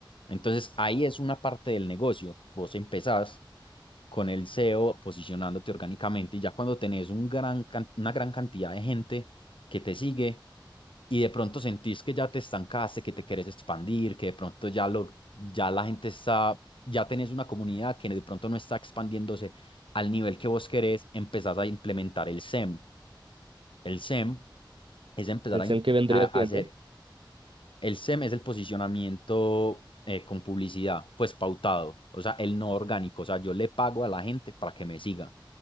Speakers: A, on the left; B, on the right.
A: entonces ahí es una parte del negocio. Vos empezás con el SEO posicionándote orgánicamente y ya cuando tenés un gran, can- una gran cantidad de gente que te sigue y de pronto sentís que ya te estancaste, que te querés expandir, que de pronto ya, lo, ya la gente está, ya tenés una comunidad que de pronto no está expandiéndose al nivel que vos querés, empezás a implementar el SEM. El SEM es empezar
B: ¿El
A: a,
B: SEM
A: in-
B: qué vendría
A: a
B: haciendo?
A: hacer el SEM es el posicionamiento eh, con publicidad, pues pautado, o sea, el no orgánico, o sea, yo le pago a la gente para que me siga.